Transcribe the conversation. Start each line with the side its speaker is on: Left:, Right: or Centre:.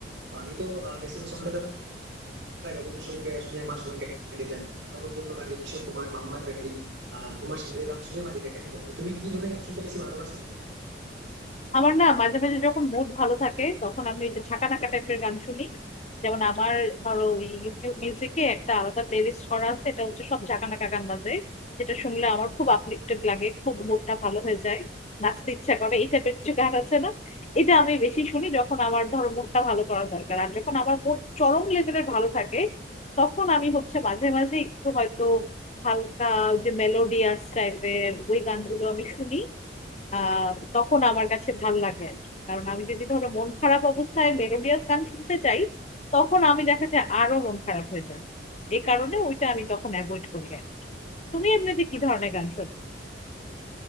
Right: তো আমি তো আহ, বেশিরভাগ সময়টা তো প্রায় রবীন্দ্রসঙ্গীত গায়ে শুনে আমার সময় কেটে যায় তারপর পুরনো গান যে কিশোর কুমার মোহাম্মদ রফি আহ কুমার শানুদের গান শুনে আমার দিনটা কেটে যেত তো তুমি কি ধরনের গান শুনতে বেশি ভালোবাসো
Left: আমার না মাঝে মাঝে যখন মুড ভালো থাকে তখন আমি ওই যে ঝাঁকা নাকা টাইপের গান শুনি যেমন আমার ধরো ওই ইউটিউব মিউজিকে একটা আলাদা প্লেলিস্ট করা আছে এটা হচ্ছে সব ঝাঁকা নাকা গান বাজে যেটা শুনলে আমার খুব আপলিফটেড লাগে খুব মুডটা ভালো হয়ে যায় নাচতে ইচ্ছা করে এই টাইপের কিছু গান আছে না এটা আমি বেশি শুনি যখন আমার ধরো মুডটা ভালো করার দরকার আর যখন আমার মুড চরম লেভেলের ভালো থাকে তখন আমি হচ্ছে মাঝে মাঝে একটু হয়তো হালকা ওই যে মেলোডিয়াস টাইপের ওই গানগুলো আমি শুনি আহ তখন আমার কাছে ভাল লাগে আর কি। কারণ আমি যদি ধরো মন খারাপ অবস্থায় মেলোডিয়াস গান শুনতে চাই তখন আমি দেখা যায় আরো মন খারাপ হয়ে যায় এই কারণে ওইটা আমি তখন অ্যাভয়েড করি আর কি। তুমি এমনিতে কি ধরনের গান শোনো